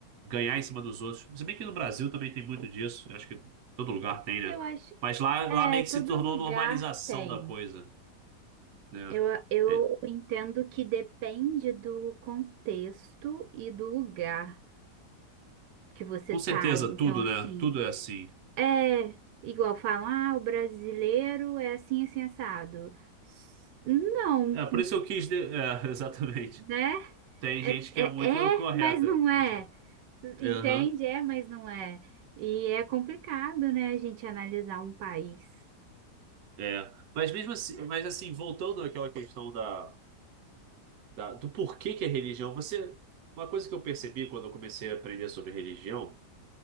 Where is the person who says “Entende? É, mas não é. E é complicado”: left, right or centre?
Right